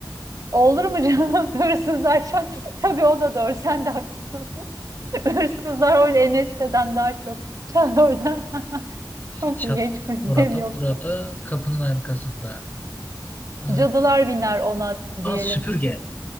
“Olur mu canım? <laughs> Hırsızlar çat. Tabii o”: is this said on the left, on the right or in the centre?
Right